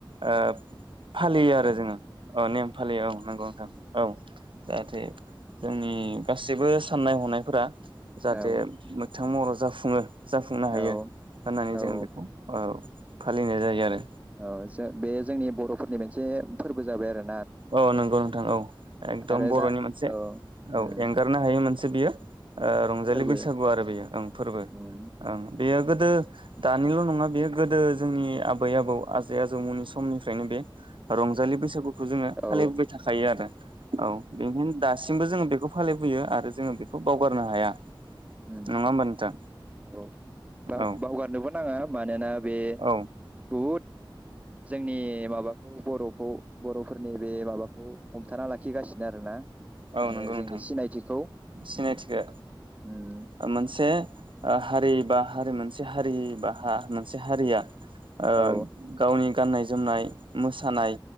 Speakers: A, on the right; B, on the right.
A: ओ फालियो आरो जोङो औ नेम फालियो औ नंगौ नोंथां औ जाहाथे जोंनि गासैबो साननाय हनायफोरा जाहाथे
B: औ
A: मोगथां महर जाफुङो जाफुंनो हायो
B: औ
A: होननानै
B: औ
A: जों बेखौ औ फालिनाय जायो आरो
B: औ जो बे जोंनि बर'फोरनि मोनसे फोरबो जाबाय आरो
A: औ नंगौ नोंथां औ एकदम
B: आरो
A: बर'नि
B: जा
A: मोनसे
B: औ उम
A: औ एंगारनो हायि मोनस से बियो ओ रंजालि
B: फोरबो
A: बैसागु आरो बेयो ओं फोरबो
B: उम
A: ओं बेयो गोदो दानिल' नङा बेयो गोदो जोंनि आबै आबौ आजै आजौमोननि समनिफ्रायनो बे रंजालि बैसागु फालिबोबाय
B: औ
A: थाखायो आरो औ बेदिनो दासिमबो जोङो बेखौ फालि लुबैयो आरो जोङो बेखौ बावगारनो हाया
B: उम
A: नङा होमबा नोंथां
B: औ बाव
A: औ
B: बावगारनोबो नाङा मानोना बे
A: औ
B: बहुद जोंनि माबाखौ बर'खौ बर'फोरनि बे माबाखौ हमथाना लाखिगासिनो आरोना
A: औ
B: माने
A: नंगौ नोंथां
B: जोंनि सिनायथिखौ
A: सिनायथिखौ
B: उम
A: औ मोनसे ओ हारि बा हारि मोनसे हारि बा मोनसे हारिया ओ
B: औ
A: गावनि गाननाय जोमनाय मोसानाय